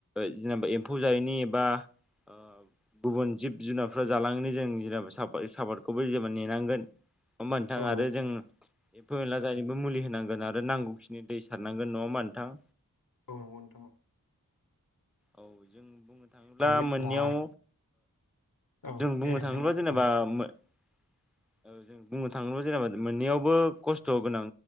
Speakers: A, in the centre; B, on the left.
A: जेनेबा एम्फौ जायैनि एबा अ गुबुन जिब जुनारफ्रा जालांनो जों जेनेबा साफा-साफादखौबो जेनेबा नेनांगोन। नोंथां
B: औ
A: आरो जों एमफौ एनला जायिनिबो मुलि होनांगोन आरो नांगौखिनि दै सारनांगोन नङा होनबा नोंथां थां
B: औ नोंथां
A: औ जों बुंनो थाङोब्ला
B: दायो
A: मोननैयाव
B: होनब्ला औ
A: जों बुंनो
B: दे नोंथां
A: थाङोब्ला
B: मा
A: जेनेबा
B: होनामोन
A: औ जों बुंनो थाङोबा जेनेबा मोननैयावबो खस्थ' गोनां